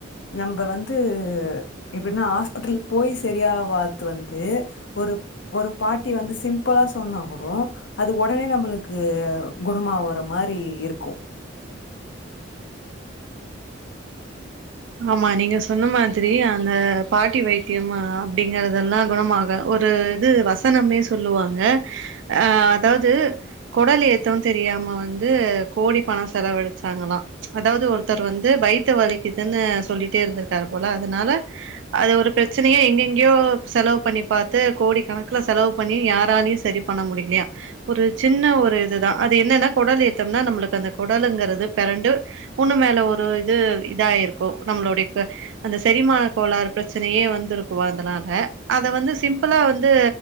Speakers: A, on the left; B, on the right.
A: நம்ம வந்துட்டு எப்படின்னா ஹாஸ்பிட்டல் போய் சரியாவாத வந்து ஒரு ஒரு பாட்டி வந்து சிம்பிளா சொன்ன கூட அது உடனே நம்மளுக்கு குணமாவற மாதிரி இருக்கும்
B: ஆமா நீங்க சொன்ன மாதிரி அந்த பாட்டி வைத்தியம் அப்படிங்கறதெல்லாம் குணமாக ஒரு இது வசனமே சொல்லுவாங்க அஹ் அதாவது குடல் ஏத்தம் தெரியாம வந்து கோடி பணம் செலவழச்சாங்களாம் அதாவது ஒருத்தர் வந்து வைத்த வலிக்கு என்ன சொல்லிட்டே இருந்திருக்காரு போல அதனால அது ஒரு பிரச்சனையே எங்கெங்கயோ செலவு பண்ணி பார்த்து கோடி கணக்கல செலவு பண்ணி யாராலயையும் சரி பண்ண முடியலையா ஒரு சின்ன ஒரு இதுதான் அது என்னன்னா குடல் ஏத்தோம்னா நம்மளுக்கு அந்த குடலுங்கிறது பரண்டு உண்ணு மேல ஒரு இது இதாயிருக்கும் நம்மளுடைய அந்த செரிமான கோளாறு பிரச்சனையே வந்து இருக்கு அதனால அத வந்து சிம்பிளா வந்து